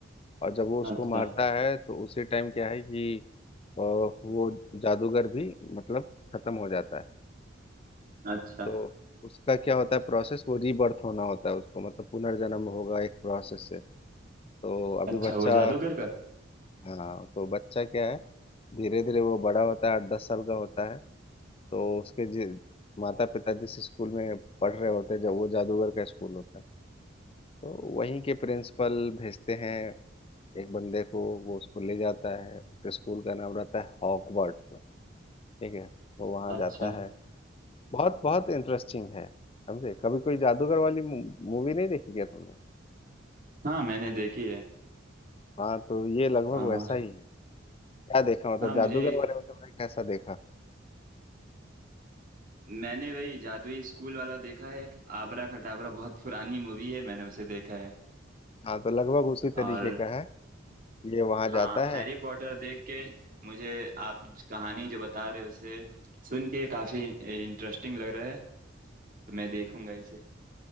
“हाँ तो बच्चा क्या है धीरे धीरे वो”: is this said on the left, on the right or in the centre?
Left